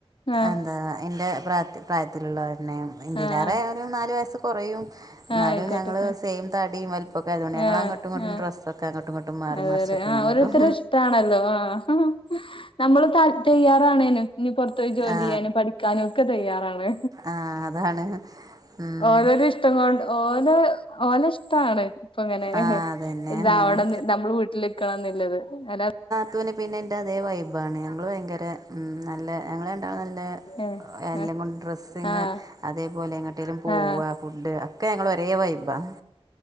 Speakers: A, on the left (about 60°); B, on the right (about 35°).
A: ആഹ്
B: എന്താ ഇൻ്റെ പ്രായത്തിലുള്ളവരുനേണ് ഇന്റെയിലേറെ
A: ആഹ്
B: ഒരു നാല് വയസ്സ് കുറയും ന്നാലും
A: ആഹ് ആയിക്കോട്ടെ
B: ഞങ്ങള് സെയിം തടിയും വലി ഇപ്പൊക്കെ ആതുകൊണ്ട് ഞങ്ങള്
A: ആഹ്
B: അങ്ങോട്ടും ഇങ്ങൊട്ടും
A: ആഹ്
B: ഡ്രസ്സൊക്കെ അങ്ങോട്ടും ഇങ്ങോട്ടും മാറി
A: അതെല്ലെ
B: മറിച്ചൊക്കെങ്ങനെടും
A: ആഹ് ഓരോരുത്തരെ ഇഷ്ടാണല്ലോ ആഹ് നമ്മള് ത തയ്യാറുണേനും ഇനി പുറത്ത് പോയി ജോലി
B: ആ
A: ചെയ്യാനും പഠിക്ക നൊക്കെ തയ്യാറാണ്
B: ആ അതാണ് ഉം.
A: ഓരോരൊ ഇഷ് ഇഷ്ടം കൊണ്ട് ഓന് ഓന് ഇഷ്ടാണ് ഇപ്പ ഇങ്ങനെ
B: ആ അതന്നെ
A: ഇതാവണം
B: ഉം.
A: നമ്മള് വീട്ടിലിക്കണം എന്നുള്ളത് അത
B: ത്തനെ പിന്നെ എൻ്റെ അതേ വൈബാണ് ഞങ്ങൾ ഭയങ്കര ഉം നല്ല ഞങ്ങളാണ്ടാളും നല്ലേ
A: ആഹ്
B: എല്ലെങ്കൊണ്ട് ഡ്രെസ്സിങ്
A: ആഹ്
B: അതേപോലെ എങ്ങട്ടേലും പോവ
A: ആഹ്
B: ഫുഡ് ഒക്കെ ങ്ങള് ഒരേ വൈമ്പാന്ന്